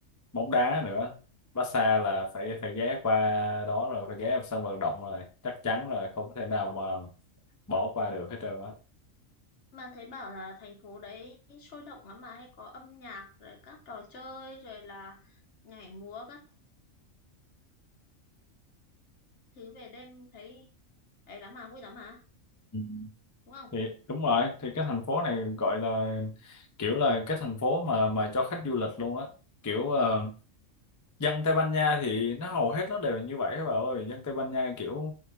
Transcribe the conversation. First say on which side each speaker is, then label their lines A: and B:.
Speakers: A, on the left; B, on the left.
A: bóng đá nữa Barca là phải phải ghé qua đó rồi phải ghé vào sân vận động rồi chắc chắn rồi không thể nào mà bỏ qua được hết trơn
B: Mà thấy bảo là thành phố đấy sôi động lắm mà hay có âm nhạc rồi các trò chơi rồi là nhảy múa các thứ về đêm thấy ấy lắm mà vui lắm mà.
A: á
B: đúng không
A: thì đúng rồi thì cái thành phố này gọi là kiểu là cái thành phố mà mà cho khách du lịch luôn á kiểu ờ, dân Tây Ban Nha thì nó hầu hết nó đều như vậy các bạn ơi dân Tây Ban Nha kiểu